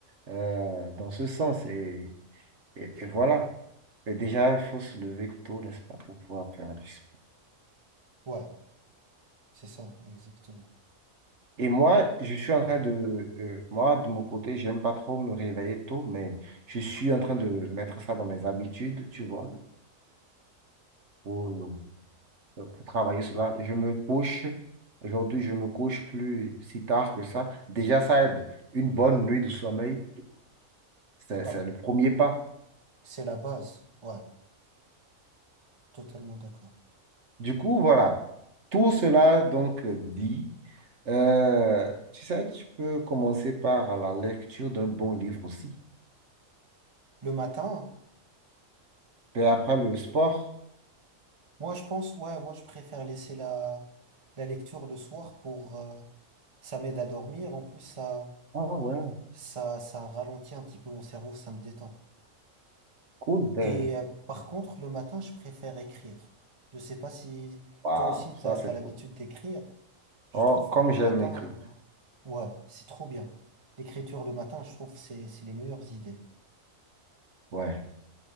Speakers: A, on the right; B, on the right.
A: euh, dans ce sens. Et, et, et voilà. Mais déjà, il faut se lever tôt, n'est-ce pas, pour pouvoir faire du sport.
B: ouais, c'est ça, exactement.
A: Et moi, je suis en train de... euh, moi, de mon côté, j'aime pas trop me réveiller tôt, mais je suis en train de mettre ça dans mes habitudes, tu vois, pour, euh, pour travailler cela. Je me couche, aujourd'hui, je me couche plus si tard que ça. Déjà, ça aide. Une bonne nuit de sommeil, c'est,
B: Ouais,
A: c'est le premier pas.
B: c'est la base. Ouais, totalement d'accord.
A: Du coup, voilà. Tout cela, donc, euh, dit, euh, tu sais, tu peux commencer par la lecture d'un bon livre aussi.
B: Le matin,
A: Et après le sport,
B: moi je pense, ouais, moi je préfère laisser la la lecture le soir pour euh, ça m'aide à dormir. En plus, ça
A: ah ouais,
B: ça ça ralentit un petit peu mon cerveau, ça me détend.
A: cool, ben,
B: Et euh, par contre, le matin, je préfère écrire. Je sais pas si
A: waouh,
B: toi aussi,
A: ça
B: t'as,
A: c'est
B: t'as l'habitude
A: cool.
B: d'écrire. Je
A: Oh,
B: trouve
A: comme
B: que le
A: j'aime
B: matin,
A: écrire.
B: euh, ouais, c'est trop bien. L'écriture le matin, je trouve, c'est, c'est les meilleures idées.
A: Ouais,